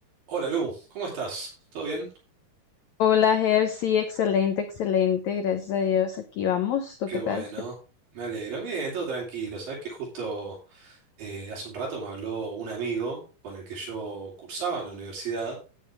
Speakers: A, on the right (about 65°); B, on the left (about 75°).
A: Hola Lu, ¿cómo estás? ¿Todo bien?
B: Hola, Ger, sí, excelente, excelente, gracias a Dios, aquí vamos, ¿tú
A: Qué
B: qué
A: bueno,
B: tal? ¿Qué
A: me alegro. Bien, todo tranquilo. Sabes que justo eh, hace un rato me habló un amigo con el que yo cursaba en la universidad